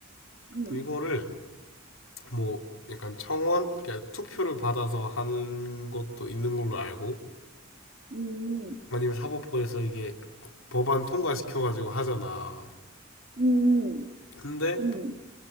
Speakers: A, on the right; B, on the left.
A: 음,
B: 이거를 뭐 약간 청원, 그러니까 투표를 받아서 하는 것도 있는 걸로 알고
A: 음,
B: 아니면 사법부에서 이게 법안 통과시켜가지고 하잖아.
A: 음,
B: 근데
A: 음,